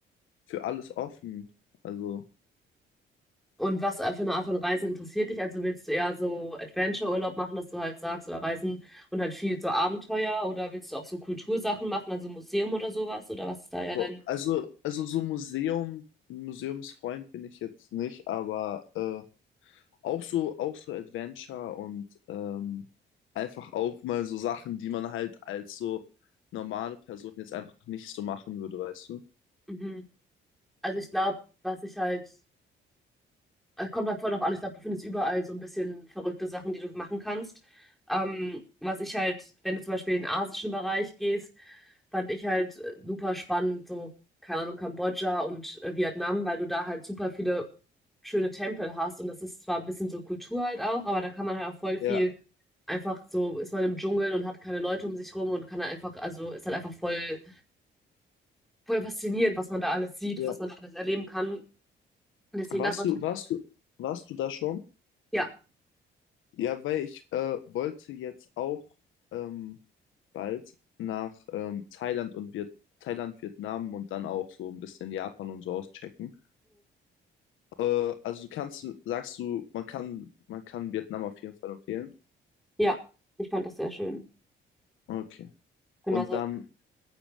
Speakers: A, on the left; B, in the centre.
A: für alles offen. Also,
B: Und was äh, für eine Art von Reisen interessiert dich? Also willst du eher so Adventure-Urlaub machen, dass du halt sagst, oder Reisen und halt viel so Abenteuer? Oder willst du auch so Kultursachen machen, also Museum oder sowas? Oder was ist da eher
A: wo-
B: dein...
A: also, also so Museum, Museumsfreund bin ich jetzt nicht, aber äh, auch so, auch so Adventure und ähm, einfach auch mal so Sachen, die man halt als so normale Person jetzt einfach nicht so machen würde, weißt du?
B: Mhm. Also ich glaube, was ich halt Es kommt halt voll drauf an. Ich glaube, du findest überall so ein bisschen verrückte Sachen, die du machen kannst. Ähm, was ich halt, wenn du zum Beispiel in den asischen Bereich gehst, fand ich halt äh, super spannend, so, keine Ahnung, Kambodscha und äh, Vietnam, weil du da halt super viele schöne Tempel hast. Und das ist zwar ein bisschen so Kultur halt auch, aber da kann man halt auch voll viel
A: Ja,
B: einfach so, ist man im Dschungel und hat keine Leute um sich rum und kann halt einfach, also ist halt einfach voll, voll faszinierend, was man da alles sieht
A: ja.
B: und was man da alles erleben kann. Und deswegen
A: Warst
B: das natürlich,
A: du, warst du, warst du da schon?
B: ja.
A: Ja, weil ich äh, wollte jetzt auch ähm, bald nach ähm, Thailand und Viet Thailand, Vietnam und dann auch so ein bisschen Japan und so auschecken. Äh, also kannst du, sagst du, man kann, man kann Vietnam auf jeden Fall empfehlen.
B: Ja, ich fand das sehr schön.
A: Okay.
B: Genau,
A: Und
B: also
A: dann,